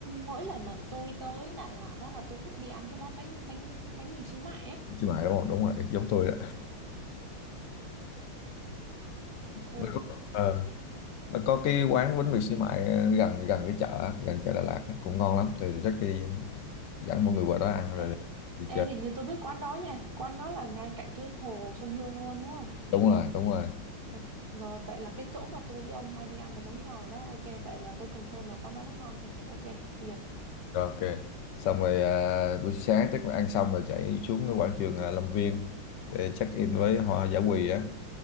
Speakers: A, on the right; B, on the left.
A: mỗi lần mà tôi tới Đà Lạt á là tôi thích đi ăn cái món bánh bánh bánh mì xíu mại á
B: xí mại đúng không đúng rồi giống tôi đó
A: ừ
B: nó có, ờ, nó có cái quán bánh mì xí mại à, gần gần cái chợ á, gần chợ Đà Lạt á, cũng ngon lắm thì chắc đi dẫn mọi người qua đó ăn
A: ê,
B: rồi đi
A: ê,
B: chơi
A: hình như tôi biết quán đó nha quán đó là ngay cạnh cái hồ Xuân Hương luôn đúng không
B: đúng rồi đúng rồi
A: Ừ, rồi vậy là cái chỗ mà tôi với ông hay đi ăn là giống nhau rồi đó ok vậy là tôi confirm là quán đó nó ngon nha ok duyệt
B: Rồi, ok xong rồi à, buổi sáng chắc là ăn xong rồi chạy xuống cái quảng trường à, Lâm Viên để check in với hoa giả quỳ á